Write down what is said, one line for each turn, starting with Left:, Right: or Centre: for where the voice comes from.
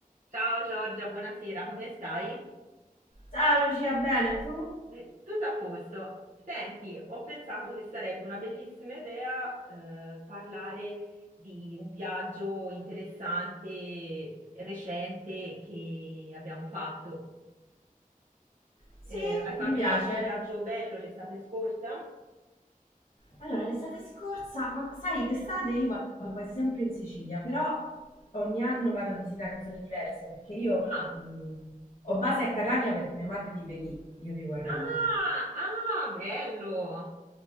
Right: Ciao Giorgia, buonasera, come stai?
Left: Ciao Lucia, bene tu?
Right: Eh, Tutto a posto. Senti, ho pensato che sarebbe una bellissima idea eh, parlare di un viaggio interessante, recente che abbiamo fatto.
Left: Sì,
Right: Eh, hai fatto
Left: mi piace.
Right: qualche viaggio bello l'estate scorsa?
Left: Allora, l'estate scorsa, ma sai, d'estate io vado quasi sempre in Sicilia, però ogni anno vado a visitare zone diverse perché io
Right: Ah,
Left: mh, ho base a Catania perché mia madre vive lì, io vivo a Roma.
Right: ah, ah, bello!